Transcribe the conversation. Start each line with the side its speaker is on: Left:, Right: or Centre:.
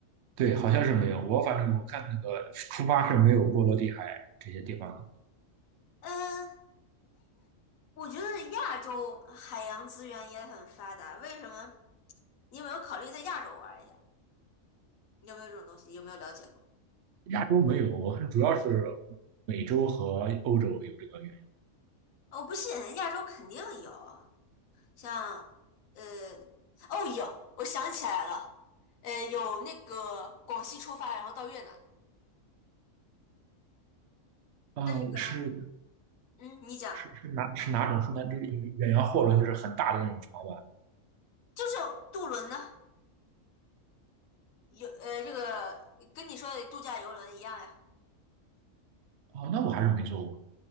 Right: 对，好像是没有。我反正我看那个出发是没有波罗的海这些地方。
Left: 嗯，我觉得亚洲海洋资源也很发达，为什么？你有没有考虑在亚洲玩一下？你有没有这种东西？有没有了解过？
Right: 亚洲没有，我看主要是美洲和欧洲有这个远
Left: 我不信，亚洲肯定有，像呃，哦，有，我想起来了，呃，有那个广西出发，然后到越南的，
Right: 洋。
Left: 但是可能，
Right: 呃，是
Left: 嗯，你讲，
Right: 是是哪是哪种？是那就是远洋货轮，就是很大的那种船吧？
Left: 就是渡轮呢，有呃，这个跟你说的度假游轮一样呀，
Right: 哦，那我还是没坐过，